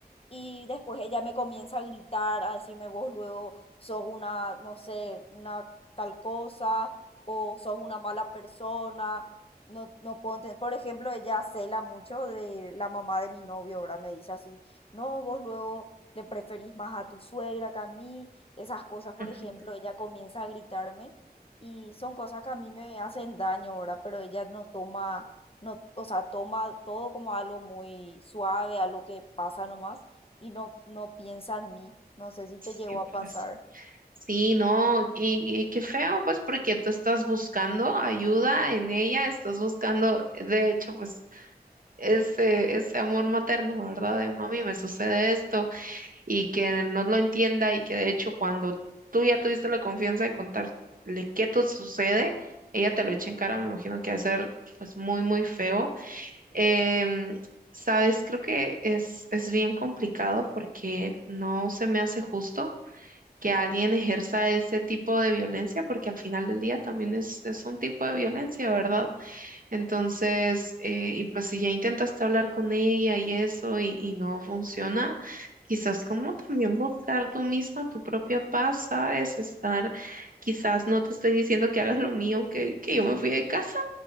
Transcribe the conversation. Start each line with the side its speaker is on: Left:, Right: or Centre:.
Left: y después ella me comienza a gritar, a decirme vos luego sos una, no sé, una tal cosa o sos una mala persona. No, no puedo entender. Por ejemplo, ella cela mucho de la mamá de mi novio, ¿verdad? Me dice así, no, vos luego le preferís más a tu suegra que a mí. Esas cosas, por
Right: ujú.
Left: ejemplo, ella comienza a gritarme y son cosas que a mí me hacen daño, ¿verdad? Pero ella no toma, no, o sea, toma todo como algo muy suave, algo que pasa nomás y no, no piensa en mí. No sé si
Right: Sí,
Left: te llegó a pasar.
Right: pues. Sí, no, y, y qué feo, pues, porque tú estás buscando ayuda en ella, estás buscando, de hecho, pues, ese, ese amor materno, ¿verdad? De mami, me sucede esto, y que no lo entienda, y que de hecho, cuando tú ya tuviste la confianza de contarle qué te sucede, ella te lo echa en cara, me imagino que va a ser, pues, muy, muy feo. Em, sabes, creo que es, es bien complicado porque no se me hace justo que alguien ejerza ese tipo de violencia, porque al final del día también es, es un tipo de violencia, ¿verdad? Entonces, eh, y pues si ya intentaste hablar con ella y eso y, y no funciona, quizás como también buscar tú misma tu propia paz, ¿sabes? Estar, quizás no te estoy diciendo que hagas lo mío, que, que yo me fui de casa,